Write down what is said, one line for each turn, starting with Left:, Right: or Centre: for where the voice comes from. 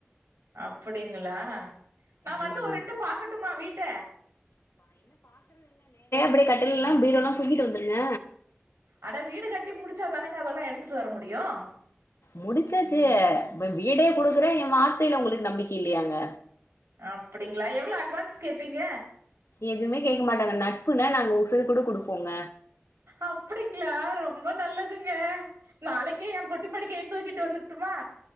Right: அப்டிங்களா நான் வந்து
Left: ஆமாங்க
Right: ஒரு எட்டு பாக்கட்டுமா வீட்ட
Left: அப்டே கட்டுலல்லாம் பீரோல்லாம் தூக்கிட்டு வந்துருங்க
Right: அட வீடு கட்டி முடிச்சாதானங்க அதெல்லாம் எடுத்துட்டு வர முடியும்
Left: முடிச்சாச்சி வீ வீடே குடுக்கறே என் வார்த்தையில உங்களுக்கு நம்பிக்கை இல்லையாங்க
Right: அப்டிங்களா எவ்ளோ அட்வான்ஸ் கேப்பீங்க
Left: எதுமே கேக்க மாட்டாங்க நட்புன்னா நாங்க உசுரு கூட குடுப்போங்க
Right: அப்டிங்களா ரொம்ப நல்லதுங்க நாளைக்கே என் பொட் டி படிக்கய தூக்கிட்டு வந்துருட்டுமா